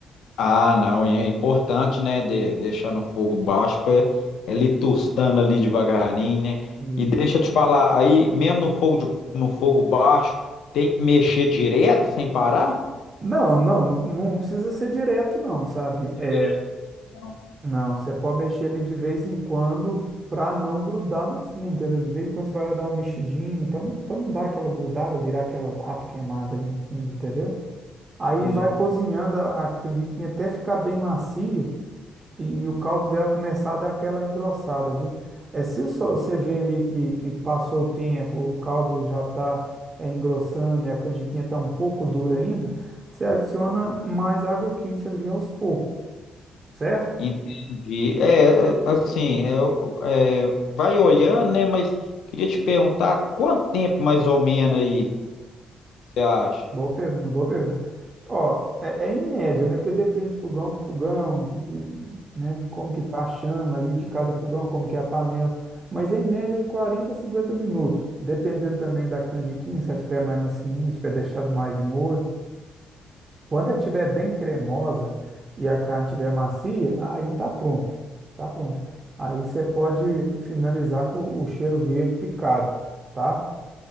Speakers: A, on the left; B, on the right.
A: Ah, não, e é importante, né, de- deixar no fogo baixo para ele tostando ali devagarinho, né?
B: E-
A: E deixa eu te falar, aí mesmo no fogo de- no fogo baixo, tem que mexer direto sem parar?
B: Não, não, não, não precisa ser direto, não, sabe?
A: De
B: É,
A: mexer. Não.
B: Não, você pode mexer ele de vez em quando para não grudar no fundo, entendeu? De vez em quando você vai lá dar uma mexidinha, para não, pra não dar aquela grudada, virar aquela rapa queimada ali no fundo, entendeu? Aí
A: Uhum.
B: vai cozinhando a, a canjiquinha até ficar bem macia e, e o caldo dela começar a dar aquela engrossada, viu? É, se só você vê ali que, que passou o tempo, o caldo já está engrossando e a canjiquinha está um pouco dura ainda, você adiciona mais água quente ali aos poucos, certo?
A: Entendi. É, é, assim, eu, é, vai olhando, né, mas queria te perguntar quanto tempo mais ou menos aí você acha?
B: Boa pergunta, boa pergunta. Ó, é, é em média, né? Porque depende de fogão para fogão, de, de, né? Como que tá a chama ali de cada fogão, como que é a panela. Mas em média de 40 a 50 minutos. Dependendo também da canjiquinha, se ela tiver mais macinha, se tiver deixado mais de molho. Quando ela tiver bem cremosa e a carne tiver macia, aí tá pronto. Tá pronto. Aí você pode finalizar com o cheiro verde picado, tá?